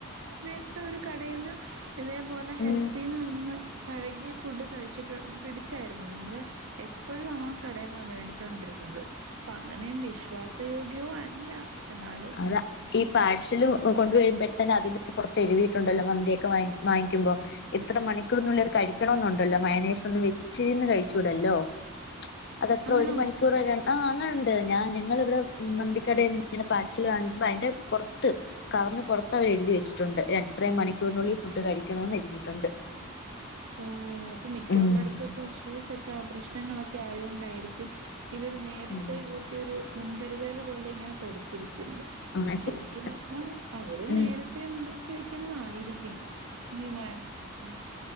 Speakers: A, on the right; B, on the left.
A: സമയത്ത് ഒരു കടയിൽന്ന് ഇതേപോലെ ഹെൽത്തിന്ന്
B: ഉം
A: വന്ന് കഴകിയ ഫുഡ് കഴിച്ചിട്ട് പിടിച്ചായിരുന്നു നമ്മള് എപ്പോഴും ആ കടന്നാണ് മേടിച്ചുകോണ്ടിരുന്നത് അപ്പൊ അങ്ങനെയും വിശ്വാസയോഗ്യവും അല്ല എന്നാലും
B: അതാ ഈ പാഴഷില് കൊണ്ട കഴുമ്പോഴത്തന്നെ അതി പുറത്ത് എഴുതിയിട്ടുണ്ടല്ലോ മന്ിയൊക്കെ വാ വാങ്ങുമ്പം ഇത്ര മണിക്കൂറിനുള്ള കഴ വിക്കണന്നുണ്ടല്ലോ മയനേസ് ഒന്ന് വച്ചിരിന്ന് കഴിച്ചൂടല്ലോ അതത്ര
A: ആണോ
B: ഒരു മണിക്കൂർ ര ആ അങ്ങനെണ്ട് ഞാൻ ഞങ്ങ ഇവിടെ മന്തിക്കടയിൽ നിന്ന് ഇങ്ങനെ പാ വാ്പ അതിന്റെ പുറത്ത് കറിന് പുറത്ത് അവ എഴുതി വച്ചിട്ടുണ്ട് എത്ര മണിക്കൂറിനുള്ളിൽ ഫുഡ് കഴിക്കും ണന്ന് എഴുതിയിട്ടുണ്ട്
A: ഓ അപ്പൊ മിക്ക
B: ഉം
A: ഉുള്ളെട്ത്തും ഇപ്പോ ഇഷ്യൂസ് ഒക്കെ പ്രശ്നങ്ങളൊക്കെ ആയോണ്ടായിരിക്കും ഇവര് നേരത്തെ
B: ഉം
A: കൂട്ടി ഒരു മുൻകരുതല് പോലെ ഇങ്ങനെ കൊടുത്തിരി ക്ക്ന്നത്
B: ആഹ് ഇപ്പൊ
A: ശരിക്കും
B: കു-
A: പറഞ്ഞാൽ അവര്
B: ഉം
A: നേരത്തെ ഉണ്ടാക്കി വെക്കുന്നതായിരിക്കും ക്കും ഈ <unintelligible>